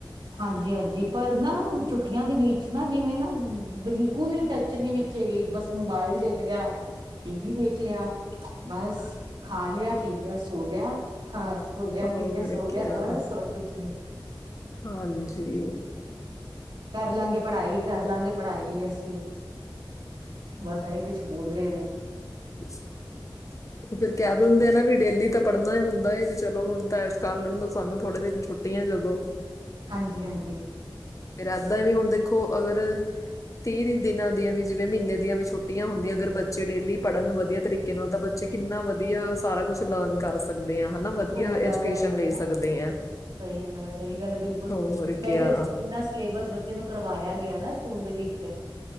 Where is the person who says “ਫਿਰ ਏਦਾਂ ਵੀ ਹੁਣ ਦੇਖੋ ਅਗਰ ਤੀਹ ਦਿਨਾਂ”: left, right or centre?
Left